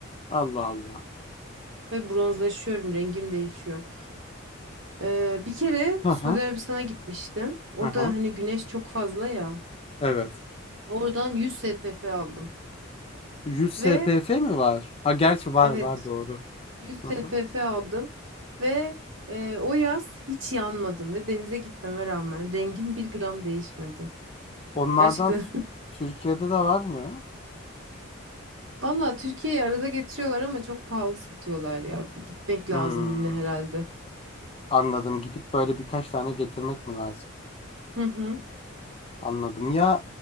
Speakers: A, on the left; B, on the right.
A: Allah Allah.
B: Ve bronzlaşıyorum. Rengim değişiyor. Ee, bir kere
A: Hı
B: Suudi
A: hı.
B: Arabistan'a gitmiştim. Orada
A: Hı hı.
B: hani güneş çok fazla ya.
A: Evet.
B: Oradan 100 SPF aldım.
A: 100 SPF
B: Ve
A: mi var? Ha gerçi var
B: evet
A: var doğru.
B: 100 SPF
A: Hı hı.
B: aldım ve e, o yaz hiç yanmadım ve denize gitmeme rağmen rengim bir gram değişmedi.
A: Onlardan
B: Gerçekten.
A: t- Türkiye'de de var mı?
B: <laughs> Valla Türkiye'yi arada getiriyorlar ama çok pahalı satıyorlar ya. Bir gitmek lazım
A: Hmm.
B: yine herhalde.
A: Anladım. Gidip böyle birkaç tane getirmek mi lazım?
B: Hı hı.
A: Anladım. Ya